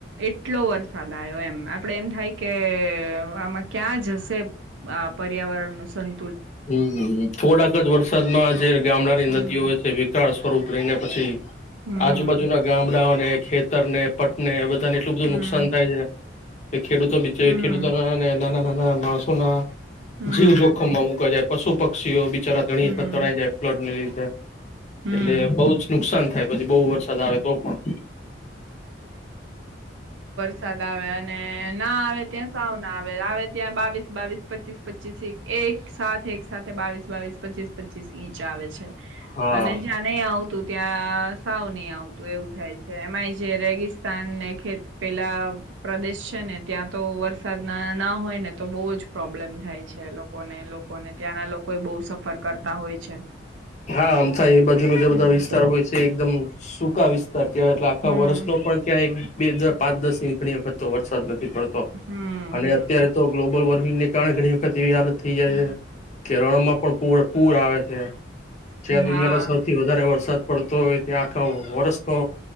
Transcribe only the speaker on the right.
એટલો વરસાદ આયો એમ, આપડે એમ થાય કે આમાં ક્યાં જશે આ પર્યાવરણનું સં
હમ
હમ
હમ
હમ
હમ
હમ
હમ
સાદ આવે અને ના આવે ત્યાં સાવ ના આવે. આવે ત્યાં બાવીસ બાવીસ પચીસ પચી પચીસ એક સા એક સાથે બાવીસ બાવીસ પચીસ પચીસ ઇંચ આવે છે.
અને જ્યાં નહી આવતું ત્યાં સાવ નહીં આવતું એવું થાય છે, એમાંય જે રેગીસ્ સ્તાન ને ખેત પેલા પ્રદેશ છે ને, ત્યાં તો વરસાદ ના ના હોય ને તો બોહ જ પ્રોબ્લેમ થાય છે લોકોને, લોકોને ત્યાંના લોકો ય બોહ સફર કરતા હોય છે.
હમ.
હમ
હમ
હમ
હમ
હા.